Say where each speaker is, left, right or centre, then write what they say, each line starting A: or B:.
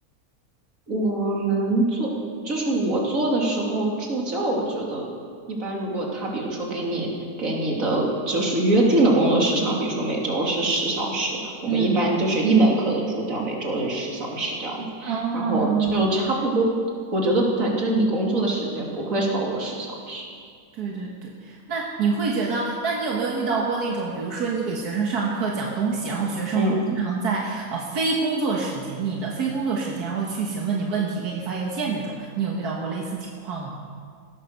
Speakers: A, on the right (about 60°); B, on the right (about 80°).
A: 我们做就是我做的时候助教，我觉得一般，如果他比如说给你给你的就是约定的工作时长，比如说每周是十小时，我们一般就是一门课的助教每周就是十小时这样子，
B: 嗯。嗯
A: 然后就差不多。我觉得反正你工作的时间不会超过十小时。
B: 对对对，那你会觉得，那你有没有遇到过那种，比如说你给学生上课讲东西，然后学生会经常在呃非工作时间，
A: 嗯，
B: 你的非工作时间，然后去询问你问题，给你发邮件这种，你有遇到过类似情况吗？